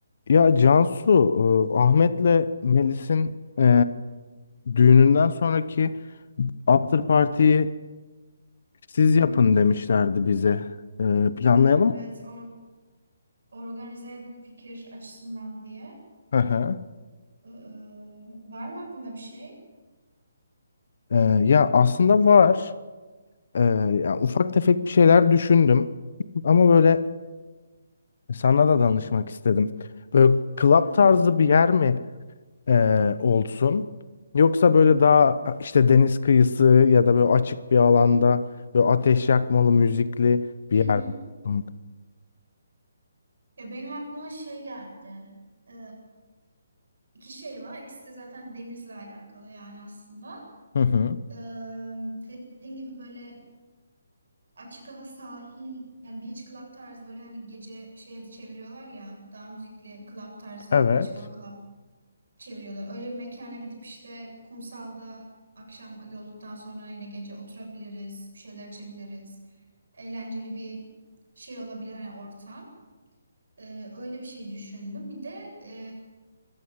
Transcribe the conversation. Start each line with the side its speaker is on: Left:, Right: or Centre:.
Left: Ya Cansu, e, Ahmet'le Melis'in e, düğününden sonraki after party'yi siz
Right: Hı
Left: yapın
Right: hı.
Left: demişlerdi bize. E, planlayalım
Right: Evet,
Left: mı?
Right: or organize edin fikir açısından diye.
Left: Hı hı.
Right: Ee, var mı aklında bir şey?
Left: E, ya aslında var. E, ya ufak tefek bir şeyler düşündüm. Ama böyle sana da danışmak istedim. Böyle club
Right: Hı hı.
Left: tarzı bir yer mi e, olsun. Yoksa böyle daha işte deniz kıyısı ya da böyle açık bir alanda böyle ateş yakmalı müzikli
Right: Hı
Left: bir yer
Right: hı.
Left: olsun.
Right: Ya benim aklıma şey geldi. Ee, iki şey var. İkisi de zaten denizle alakalı yani aslında.
Left: Hı hı.
Right: Ee, dediğin gibi böyle açık hava sahil yani beach club tarzı böyle hani gece şeye de çeviriyorlar ya daha müzikli club tarzı
Left: Evet.
Right: açık hava club çeviriyorlar. Öyle bir mekana gidip işte kumsalda akşam yolduktan sonra yine gece oturabiliriz, bir şeyler içebiliriz. Eğlenceli bir şey olabilir hani ortam. Ee, öyle bir şey düşündüm. Bir de e,